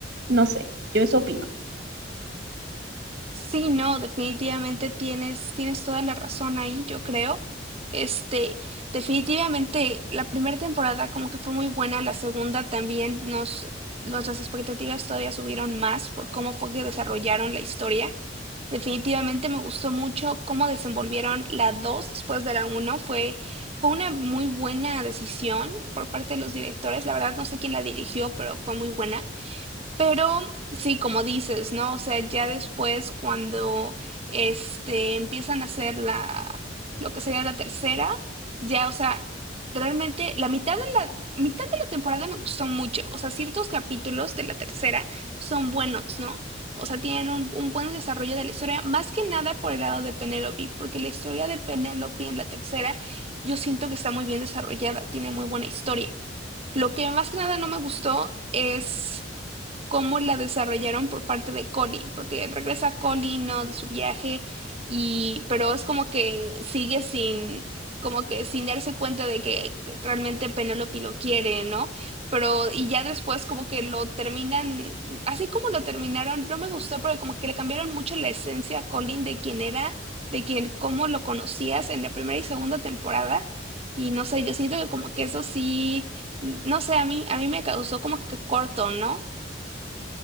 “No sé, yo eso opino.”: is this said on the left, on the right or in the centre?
Right